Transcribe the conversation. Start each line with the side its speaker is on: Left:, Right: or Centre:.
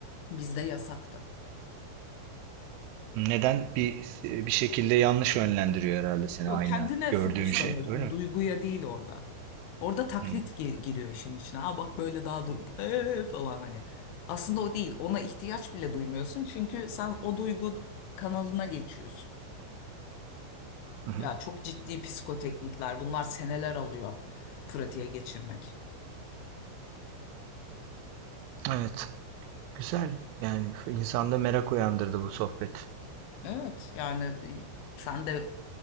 Left: bizde yasaktı.
Right: Neden? Bir bir şekilde yanlış yönlendiriyor herhalde seni
Left: Yok
Right: aynı
Left: kendine
Right: gördüğün
Left: fokuslanıyorsun,
Right: şey. Öyle mi?
Left: duyguya değil orada. Orada taklit
Right: Hmm.
Left: gi- giriyor işin içine. Aa bak böyle daha duygu ee, falan hani. Aslında o değil. Ona ihtiyaç bile duymuyorsun çünkü sen o duygu kanalına geçiyorsun.
Right: Hı hı.
Left: Ya çok ciddi psikoteknikler. Bunlar seneler alıyor pratiğe geçirmek.
Right: Evet. Güzel. Yani insanda merak uyandırdı bu sohbet.
Left: Evet yani e, sen de